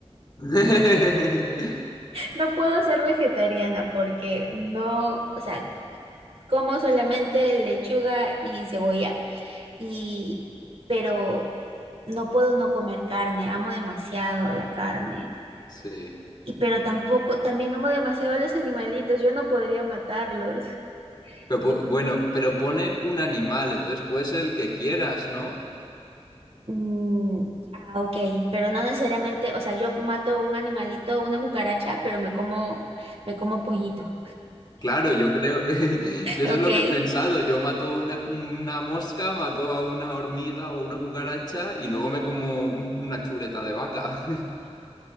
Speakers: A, on the left; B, on the right.
A: <laughs>
B: No puedo ser vegetariana porque no, o sea, como solamente lechuga y cebolla y, pero no puedo no comer carne, amo demasiado la carne.
A: Sí.
B: Y pero tampoco, también amo demasiado a los animalitos, yo no podría matarlos.
A: Pero, pu-
B: Y,
A: bueno, pero pone un animal, entonces puede ser el que quieras, ¿no?
B: mm, ah, ok, pero no necesariamente, o sea, yo mato un animalito, una cucaracha, pero me como, me como pollito.
A: Claro, yo creo, <laughs>
B: <laughs>
A: yo eso
B: Ok.
A: es lo que he pensado, yo mato una, una mosca, mato a una hormiga o a una cucaracha y luego me como un- una chuleta de vaca.